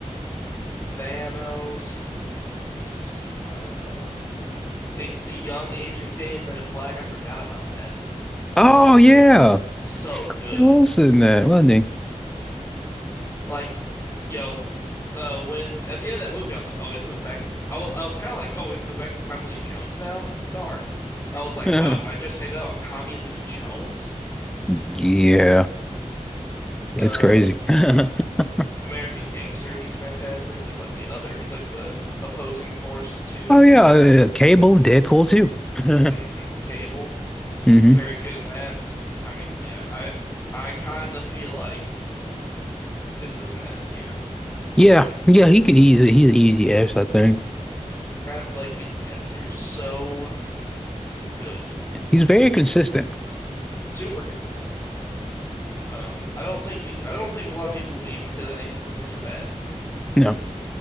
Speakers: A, on the left; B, in the centre.
A: Thanos. He's uh a- the young Agent K in Men in Black. I forgot about that. Oh,
B: Oh
A: he was
B: yeah,
A: good. So good.
B: he was in that, wasn't
A: Like, you know, uh, when at the end of that movie, I'm like, oh, we have to go back. I was I was kind of like, oh, we have to go back to Tommy Lee Jones now. Darn. And I was like,
B: he?
A: wow, did
B: <laughs>
A: I just say that about Tommy Lee Jones?
B: Yeah, it's
A: Uh,
B: crazy. <laughs>
A: American Gangster. He's fantastic. He's like the other. He's like the opposing force to
B: Oh yeah, uh, Cable, Deadpool too. <laughs>
A: hmm Cable.
B: hmm
A: Very good in that. I mean, yeah, I I kind of feel like this is an S tier
B: Yeah,
A: guy.
B: yeah, he could. He's he's an easy ass. I think
A: Kind of feel like he's in the S tier. So good.
B: he's very consistent.
A: Super consistent. Um, I don't think you. I don't think a lot of people would even say that any of his movies are bad.
B: No,